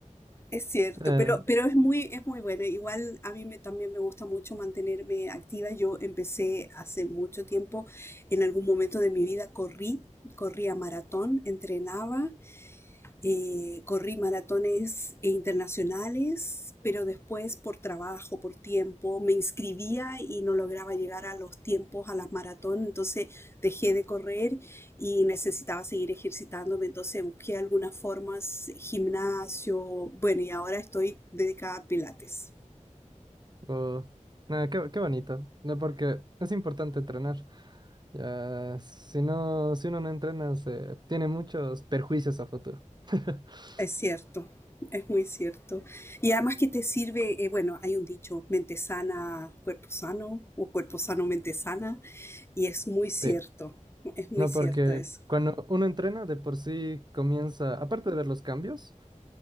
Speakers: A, on the left; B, on the right.
A: es cierto,
B: Eh,
A: pero, pero es muy, es muy bueno. Igual a mí me, también me gusta mucho mantenerme activa. Yo empecé hace mucho tiempo, en algún momento de mi vida corrí, corría maratón, entrenaba Eh, corrí maratones internacionales, pero después por trabajo, por tiempo, me inscribía y no lograba llegar a los tiempos, a las maratones, entonces dejé de correr y necesitaba seguir ejercitándome, entonces busqué algunas formas, gimnasio, bueno, y ahora estoy dedicada a pilates.
B: oh, nada, qué, qué bonito, ¿no? Porque es importante entrenar. Ya, si no, si uno no entrena, se tiene muchos perjuicios a futuro. <laughs>
A: Es cierto, es muy cierto. Y además que te sirve, eh, bueno, hay un dicho, mente sana, cuerpo sano, o cuerpo sano, mente sana, y es muy cierto,
B: Sí,
A: es muy
B: no,
A: cierto
B: porque
A: eso.
B: cuando uno entrena, de por sí comienza, aparte de ver los cambios,